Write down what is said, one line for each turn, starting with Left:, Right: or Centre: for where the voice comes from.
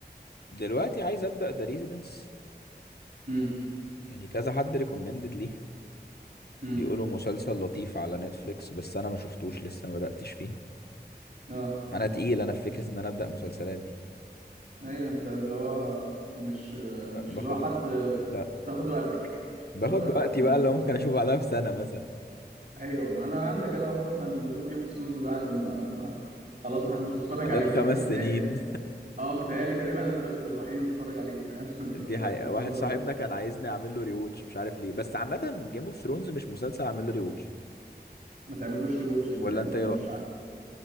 Left: دلوقتي عايز أبدأ ذا ريزيدنس
Right: امم
Left: يعني كذا حد ريكومندد ليه
Right: امم
Left: بيقولوا مسلسل لطيف على نتفليكس بس أنا ما شفتوش لسه ما بدأتش فيه
Right: اه
Left: أنا تقيل أنا في فكرة إن أنا أبدأ مسلسلات دي
Right: ايوه انت اللي هو مش
Left: لا،
Right: مش
Left: باخد
Right: اللي هو حد
Left: ال... لا
Right: بتاخد وقتك
Left: باخد
Right: بتاخد وقتك
Left: وقتي
Right: في الموضوع
Left: بقى اللي ممكن أشوف بعدها بسنة مثلا
Right: ايوه ما انا عندك انا اهو مثلا بشوف جيم اوف ثرونز بعد ما, ما خلاص ما حدش بيتفرج
Left: بعدها
Right: عليه
Left: بخمس
Right: انا انت بتهيأ
Left: سنين
Right: اه متهيألي تقريبا انا دلوقتي الوحيد اللي بتفرج عليه فاهم <laughs> في الف-
Left: دي حقيقة
Right: في الفتره
Left: واحد صاحبنا
Right: دي
Left: كان عايزني اعمل له ريوتش مش عارف ليه بس عامة جيم اوف ثرونز مش مسلسل اعمل له ريوتش
Right: ما تعملوش ري واتش انت
Left: ولا
Right: يعني
Left: انت
Right: اللي
Left: ايه
Right: هو
Left: رأيك؟
Right: مش ع...